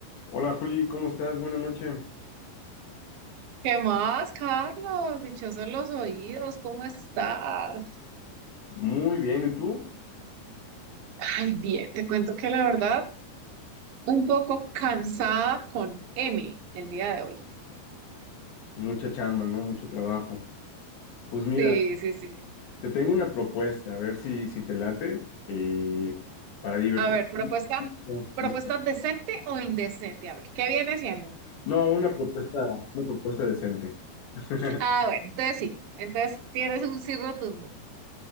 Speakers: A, on the left; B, on the right.
A: Hola Juli, ¿cómo estás? Buenas noches.
B: ¿Qué más, Carlos? Dichosos los oídos, ¿cómo estás?
A: Muy bien, ¿y tú?
B: Ay, bien, te cuento que la verdad, un poco cansada con M el día de hoy.
A: Mucha chamba, ¿no? Mucho trabajo. Pues mira,
B: Sí, sí, sí.
A: te tengo una propuesta, a ver si, si te late, eh, para divertir.
B: A ver, propuesta,
A: No,
B: propuesta
A: y-
B: decente o indecente. A ver, ¿qué viene siendo?
A: no, una propuesta, una propuesta decente. <laughs>
B: Ah, bueno, entonces sí, entonces tienes un sí rotundo.